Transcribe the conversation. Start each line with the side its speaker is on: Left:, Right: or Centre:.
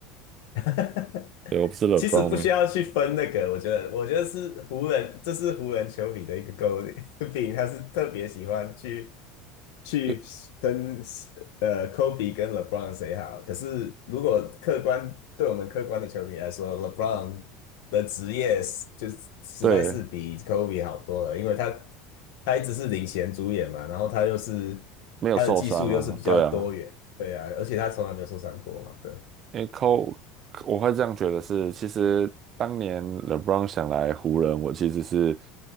Left: <laughs>
Right: 对，我不是 LeBron
Left: 其实不需要去分那个，
Right: 迷，
Left: 我觉得，我觉得是湖人，这是湖人球迷的一个诟病，<laughs> 他是特别喜欢去去跟
Right: 因为
Left: 呃 Kobe 跟 LeBron 谁好。可是如果客观对我们客观的球迷来说，LeBron 的职业是就是实在是比
Right: 对
Left: Kobe 好多了，因为他他一直是领衔主演嘛，然后他又是他的技术又是比较多元，
Right: 没有受伤啊，对啊，
Left: 对啊，而且他从来没有受伤过嘛，对。
Right: 因为 Kobe 我会这样觉得是，其实当年 LeBron 想来湖人，我其实是